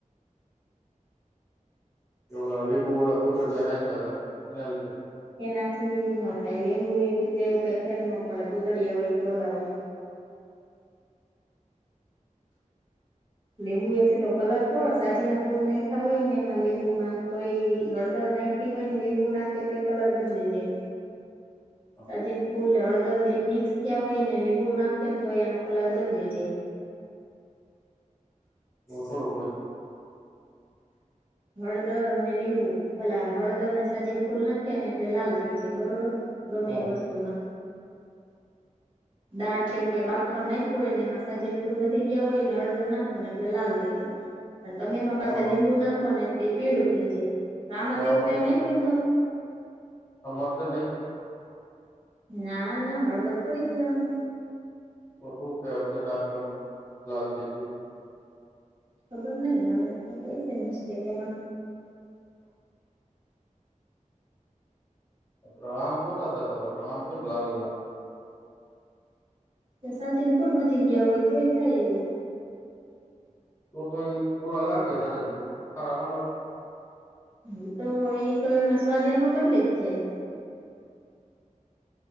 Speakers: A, on the left (about 20°); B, on the right (about 40°).
A: કે ઓલા લીંબુવાલા ગોદડિયા નાખ્યાતા એના લીધે.
B: એનાથી ન થાય. લીંબુએથી તે એવું કઈ ફેર ન પડે ગોદડિયા હોય ઓલા હોય. લીંબુ એથી તો કલર થોડો સાજી ના ફૂલ નાખ્યા હોય એમાં લીંબુમાં તોય હળદર નાંખ હોયને લીંબુ નાખે તોય કલર બદલી જાય.
A: <inaudible>
B: સાચીન ફૂલ હળદર બે મિક્સ થયા હોય ને લીંબુ નાખે ને તોય એનો કલર બદલી જાય.
A: એવું થોડું હોય.
B: હળદર અને લીંબુ ભલા હળદર ને સાજીને ફૂલ નાખી ને એટલે લાલ થઈ જાય બરોબર. ગમે
A: હ
B: એ વસ્તુમાં. દાળ કેવું કઈ બાફા નાખવુ હોય ને એમાં સાજીને ફૂલ વધી ગયા હોય ને હળદર નાખો ને એટલે લાલ થઈ જાય
A: <inaudible>
B: પણ તમે એમાં પાછા
A: ત્યામાં
B: લીંબુ નાખો. ને એટલે એ પીળું થઈ જાય તો આમાં
A: ત્યાં
B: તો એવું કઈ નાંખ્યુ જ નથી.
A: હમારે તેલ નાખી છે <unintelligible>
B: ના. ના હળદર થોડી હોય આમાં.
A: <unintelligible>
B: ખબર નહી હવે કઈ છે મિસ્ટેક એમાં.
A: આપણે આમ <unintelligible> આમ કે લાલ લાલ.
B: તો સાજીના ફૂલ વધી ગયા હોય તો ય થાય એવું.
A: <unintelligible>
B: એ તો, એ તો એમાં સ્વાદ એનો બદલી જાય.